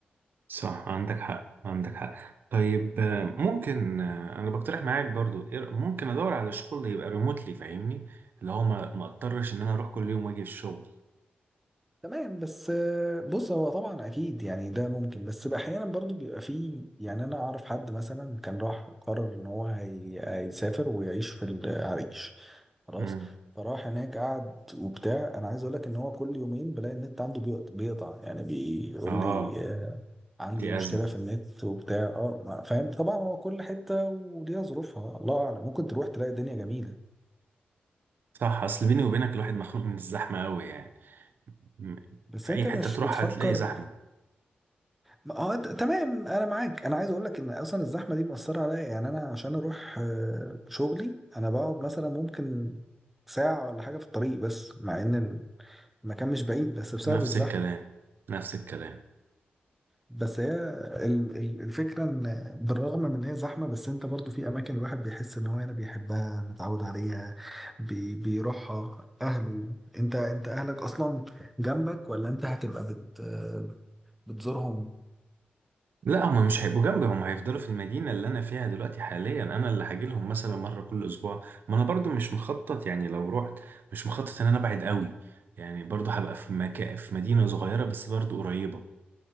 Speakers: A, on the right; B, in the centre.
A: صح عندك حق عندك حق طيب آه، ممكن آه، انا بقترح معاك برضو إيه رأ- ممكن ادور على شغل يبقى ريموتلي فاهمني اللي هو ما ما اضطرش ان انا اروح كل يوم واجي الشغل
B: تمام بس آه، بص هو طبعا اكيد يعني ده ممكن بس بقى احيانا برضو بيبقى فيه يعني انا اعرف حد مثلا كان راح قرر ان هو هي... هيسافر ويعيش في العريش خلاص
A: امم
B: فراح هناك قعد وبتاع انا عايز اقول لك ان هو كل يومين بلاقي النت عنده بيقط- بيقطع يعني بيقول
A: اه
B: لي آه، عندي
A: دي
B: مشكله
A: ازمه
B: في النت وبتاع اه ما- فاهم طبعا هو كل حته وليها ظروفها الله اعلم ممكن تروح تلاقي الدنيا جميله
A: صح اصل بيني وبينك الواحد مخنوق من الزحمه قوي يعني م-
B: بس
A: في
B: انت
A: اي حته
B: مش
A: تروح
B: بتفكر
A: هتلاقي زحمه
B: ما- اه ت- تمام انا معاك انا عايز اقول لك ان اصلا الزحمه دي مأثره عليا يعني انا عشان اروح آه، شغلي انا بقعد مثلا ممكن ساعه ولا حاجه في الطريق بس مع ان المكان مش بعيد بس بسبب
A: نفس
B: الزحمه
A: الكلام نفس الكلام
B: بس هي ال- ال- الفكرة ان بالرغم من ان هي زحمة بس انت برضو في اماكن الواحد بيحس ان هو هنا بيحبها متعود عليها بي بيروحها اهله انت انت اهلك اصلا جنبك ولا انت هتبقى بت بتزورهم
A: لا هما مش هيبقوا جنبي هما هيفضلوا في المدينة اللي أنا فيها دلوقتي حاليا أنا اللي هاجيلهم مثلا مرة كل أسبوع ما أنا برضو مش مخطط يعني لو رحت مش مخطط إن أنا أبعد قوي يعني برضو هبقى في مكان في مدينة صغيرة بس برضو قريبة